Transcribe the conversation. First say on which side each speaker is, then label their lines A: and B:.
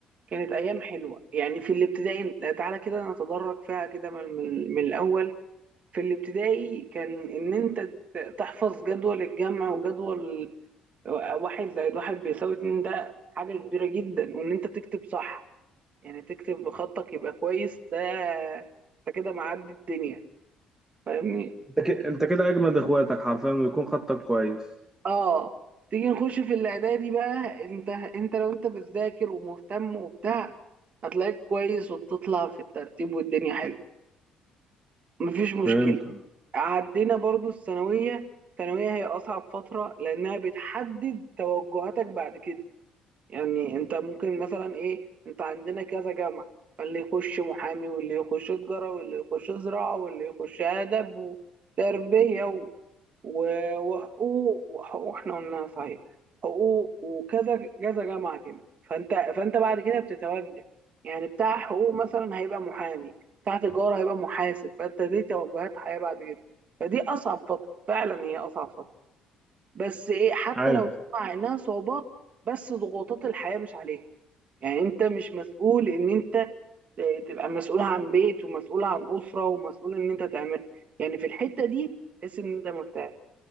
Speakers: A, on the right; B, on the right.
A: كانت ايام حلوه يعني في الابتدائي تعالى كده نتدرج فيها كده من, من, من الاول في الابتدائي كان ان انت ت- تحفظ جدول الجمع وجدول آه، واحد زائد واحد بيساوي اتنين ده حاجه كبيره جدا وان انت تكتب صح يعني تكتب بخطك يبقى كويس ده انت كده معدي الدنيا فاهمني
B: انت كده انت كده اجمد اخواتك حرفيا بيكون خطك كويس
A: اه تيجي نخش في الاعدادي بقى انت انت لو انت بتذاكر ومهتم وبتاع هتلاقيك كويس وبتطلع في الترتيب والدنيا حلوه مفيش مشكله
B: فهمت
A: عدينا برضو الثانويه الثانويه هي اصعب فتره لانها بتحدد توجهاتك بعد كده يعني انت ممكن مثلا ايه انت عندنا كذا جامعة فاللي يخش محامي واللي يخش تجارة واللي يخش زراعة واللي يخش أدب وتربية و... و- وحقوق وحقوق احنا قلناها صحيح حقوق وكذا كذا جامعة كده فانت فانت بعد كده بتتوجه يعني بتاع حقوق مثلا هيبقى محامي بتاع تجارة هيبقى محاسب فانت دي توجهات حياة بعد كده فدي أصعب فترة فعلا هي أصعب فترة بس ايه حتى
B: ايوه
A: لو مع انها صعوبات بس ضغوطات الحياة مش عليك يعني انت مش مسؤول ان انت تبقى مسؤول عن بيت ومسؤول عن اسره ومسؤول ان انت تعمل يعني في الحته دي تحس ان انت مرتاح